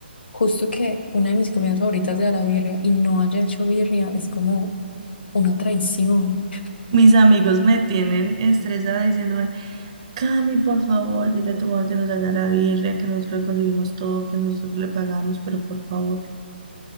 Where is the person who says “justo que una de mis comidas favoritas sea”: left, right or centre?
Left